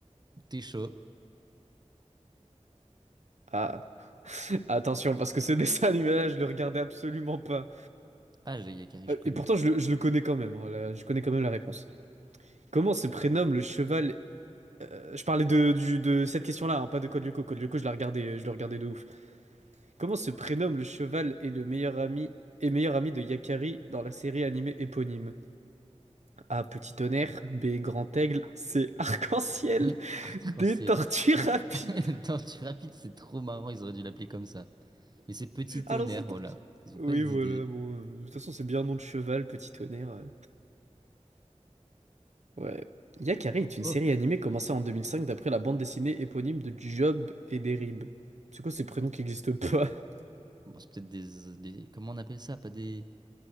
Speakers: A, on the right; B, on the right.
A: T'es chaud.
B: Ah, attention, parce que ce dessin animé-là, je le regardais absolument pas.
A: Ah, j'ai Yakari,
B: Euh,
A: je connais.
B: Et pourtant, je le, je le connais quand même, hein, la- je connais quand même la réponse. Comment se prénomme le cheval... euh, Je parlais de, du- de cette question-là, hein, pas de Code Lyoko. Code Lyoko, je la regardais, je le regardais de ouf. Comment se prénomme le cheval et le meilleur ami... Et meilleur ami de Yakari dans la série animée éponyme. A. Petit tonnerre. B. Grand aigle. C. Arc-en-ciel.
A: Hmm, Arc-en-ciel.
B: D. Tortue rapide.
A: <laughs> Tortue rapide, c'est trop marrant, ils auraient dû l'appeler comme ça. Mais c'est Petit Tonnerre,
B: Allons-y,
A: voilà.
B: tortue.
A: Ils ont
B: Oui,
A: pas d'idée.
B: voilà, bon. euh, de toute façon, c'est bien un nom de cheval, petit tonnerre. euh. Ouais. Yakari
A: Oh,
B: est une série animée commencée en 2005 d'après la bande dessinée éponyme de Job et Derib. C'est quoi ces prénoms qui n'existent pas? <laughs>
A: bon, c'est peut-être des, des- Comment on appelle ça? Pas des...